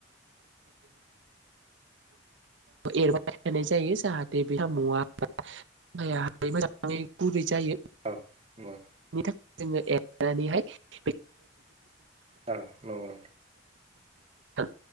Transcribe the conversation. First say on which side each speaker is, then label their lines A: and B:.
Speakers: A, on the right; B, on the right.
A: एरबाय थानाय जायो जाहाथे बे साम'आ सामवाहाय मोजाङै गुरै जायो
B: औ नंगौ
A: बेनि थाखाय जोङो एरनानैहाय बे
B: औ नंगौ
A: <unintelligible>